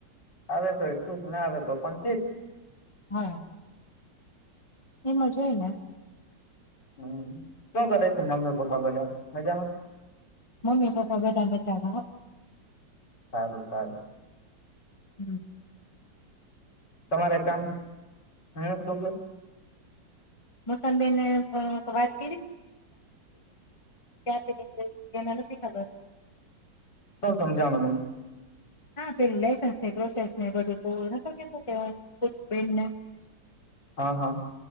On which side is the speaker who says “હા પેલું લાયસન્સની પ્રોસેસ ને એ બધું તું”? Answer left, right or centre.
Left